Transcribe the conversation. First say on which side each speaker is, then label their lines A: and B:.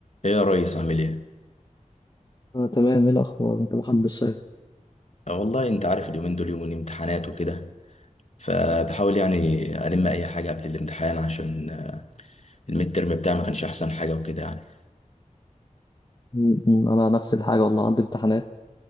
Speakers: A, on the left; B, on the left.
A: ايه يا ريس عامل ايه؟
B: اه تمام ايه الاخبار انت محمد الشايف
A: آه والله انت عارف اليومين دول يومين امتحانات وكده فبحاول يعني الم اي حاجه قبل الامتحان عشان آه، الميد ترم بتاعي ما كانش احسن حاجه وكده يعني
B: م- م- انا نفس الحاجه والله عندي امتحانات